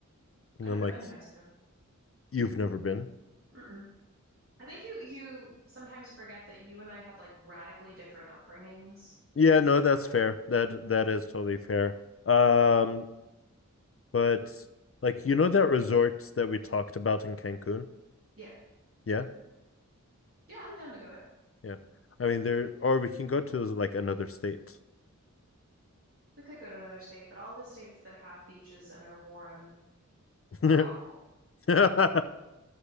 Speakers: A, on the left; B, on the right.
A: And
B: I've
A: then
B: never
A: like
B: been to Mexico.
A: you've never been.
B: Mm-mm. I think you you sometimes forget that you and I had like radically different upbringings.
A: Yeah, no, that's fair. That that is totally fair. Um, but like you know that resort that we talked about in Cancun?
B: Yeah.
A: Yeah.
B: Yeah, I'm down to go there.
A: Yeah. I mean, there, or we can go to like another state.
B: We could go to another state, but all the states that have beaches and are warm
A: <laughs> uh,
B: are awful.
A: okay.